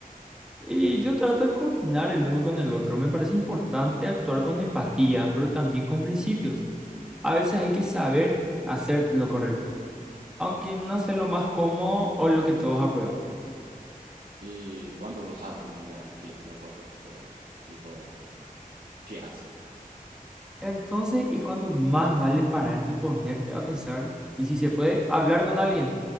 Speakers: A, in the centre; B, on the right.
A: Y yo trato de combinar el uno con el otro. Me parece importante actuar con empatía, pero también con principios. A veces hay que saber hacer lo correcto, aunque no sea lo más cómodo o lo que todos aprueban.
B: ¿Y cuándo uno sabría qué es lo correcto? Tipo, ¿qué hace?
A: Entonces es cuando más vale parar y ponerte a pensar y si se puede, hablar con alguien,